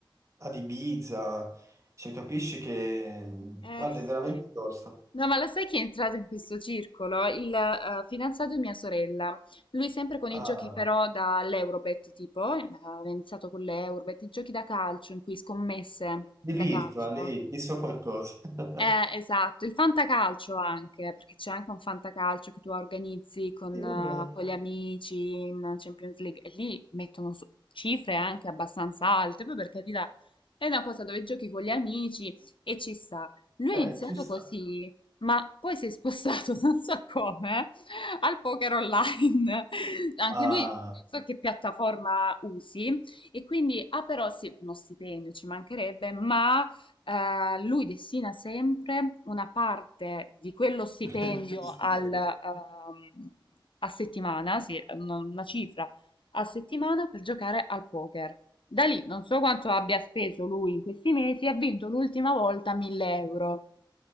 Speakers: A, on the right; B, on the left.
A: ad Ibiza cioè, capisci che,
B: Eh,
A: guarda, è veramente
B: eh.
A: tosta.
B: No, ma lo sai chi è entrato in questo circolo? Il eh, fidanzato di mia sorella. Lui sempre con
A: Ah,
B: i giochi però dall'Eurobet, tipo, eh, aveva iniziato con l'Eurobet, i giochi da calcio in cui scommesse
A: l'hai
B: da
A: visto,
B: calcio.
A: ah, l'hai visto qualcosa. <laughs>
B: Eh, esatto, il fantacalcio anche, perché c'è anche un fantacalcio che tu organizzi con,
A: E
B: eh,
A: vabbè,
B: con gli amici in Champions League e lì mettono su- cifre anche abbastanza alte, poi per carità è una cosa dove giochi con gli amici e ci sta. Lui
A: eh,
B: ha iniziato
A: ci sta.
B: così, ma poi si è spostato, <laughs> non so come, eh, al poker online. <laughs> Anche
A: Ah,
B: lui, non so che piattaforma usi, e quindi ha però sì, uno stipendio, ci mancherebbe, ma eh, lui destina sempre una parte di quello stipendio
A: <laughs> giusto.
B: al, ehm, a settimana, sì, una, una cifra a settimana per giocare al poker. Da lì non so quanto abbia speso lui in questi mesi, ha vinto l'ultima volta 1000 euro